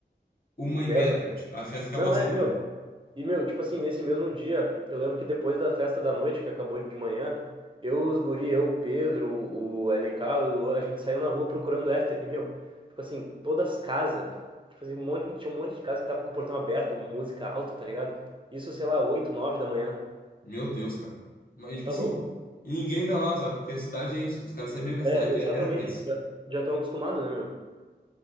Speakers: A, on the left; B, on the right.
A: uma
B: Dez.
A: e meia da tarde. A festa acabou
B: Não,
A: às seis
B: é,
A: da
B: meu,
A: manhã.
B: E, meu, tipo assim, nesse mesmo dia, eu lembro que depois da festa da noite, que acabou de manhã, eu, os guri, eu, o Pedro, o LK, o Ilu, a gente saiu na rua procurando after. E, meu, tipo assim, todas as casas, tipo assim, um monte, tinha um monte de casa que tava com o portão aberto, música alta, tá ligado? Isso, sei lá, oito nove da manhã.
A: Meu Deus, cara. Mas, tipo
B: Tá
A: assim,
B: louco, meu.
A: e ninguém reclamava, sabe? Porque a cidade é isso. Os caras sabiam que a
B: É,
A: cidade
B: exatamente.
A: é- era pra isso.
B: Já, já tão acostumado, né, meu?